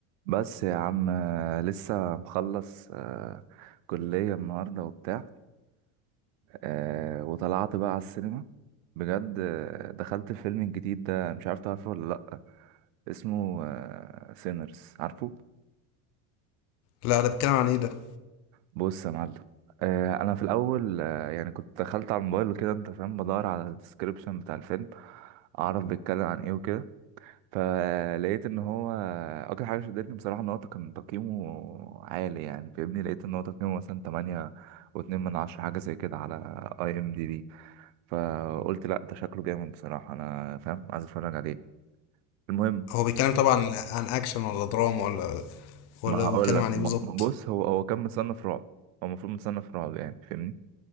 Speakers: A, on the right (about 55°); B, on the left (about 35°).
A: بس يا عم آه، لسه مخلص آه، كلية النهاردة وبتاع آه، وطلعت بقى على السينما بجد آه، دخلت الفيلم الجديد ده مش عارف تعرفه ولا لأ اسمه سينرز عارفه؟
B: لا ده بيتكلم عن ايه ده
A: بص يا معلم آه، أنا في الأول آه، يعني كنت دخلت على الموبايل وكده أنت فاهم بدور على الديسكريبشن بتاع الفيلم أعرف بيتكلم عن إيه وكده فلقيت ان هو اكتر حاجه شدتني بصراحه ان هو كان تقييمه عالي يعني فاهمني لقيت ان هو تقييمه مثلا 8 و2 من 10 حاجه زي كده على اي ام دي بي فقلت لا ده شكله جامد بصراحه انا فاهم عايز اتفرج عليه المهم
B: هو بيتكلم طبعا عن اكشن ولا دراما ولا ولا
A: ما هقول
B: بيتكلم
A: لك
B: عن
A: ما-
B: ايه بالظبط
A: ما- بص هو هو كان متصنف رعب هو المفروض متصنف رعب يعني فاهمني